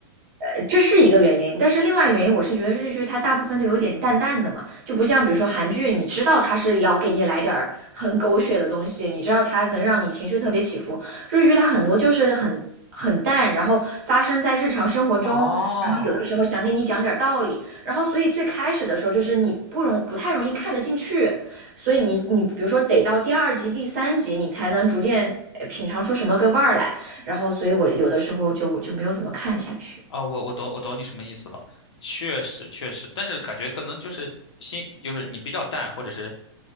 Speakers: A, on the right; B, on the left.
A: 呃这是一个原因，但是另外原因我是觉得日剧它大部分都有点淡淡的嘛，就不像比如说韩剧，你知道它是要给你来点儿很狗血的东西，你知道它能让你情绪特别起伏。日剧它很多就是很很淡，然后发生在日常生活中，
B: 哦，
A: 然后有的时候想给你讲点儿道理，然后所以最开始的时候就是你不容不太容易看得进去，所以你你比如说得到第二集、第三集你才能逐渐呃品尝出什么个味儿来，然后所以我有的时候就就没有怎么看下去。
B: <laughs> 啊，我我懂我懂你什么意思了，确实确实，但是感觉可能就是心就是你比较淡，或者是